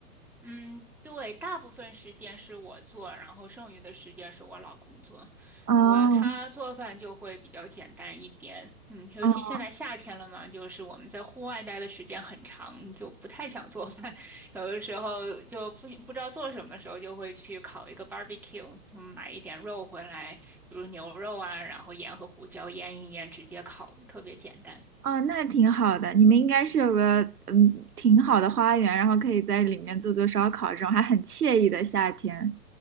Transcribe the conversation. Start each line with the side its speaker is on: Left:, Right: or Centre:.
Centre: 嗯，对，大部分时间是我做，然后剩余的时间是我老公做。
Right: 哦，
Centre: 我他做饭就会比较简单一点，嗯，尤其现在夏天了嘛，
Right: 嗯，
Centre: 就是我们在户外待的时间很长，就不太想做饭，<laughs> 有的时候就不不知道做什么时候，就会去烤一个 barbecue，就买一点肉回来，比如牛肉啊，然后盐和胡椒腌一腌，直接烤，特别简单。
Right: 哦，那挺好的。你们应该是有个嗯挺好的花园，然后可以在里面做做烧烤，这种还很惬意的夏天。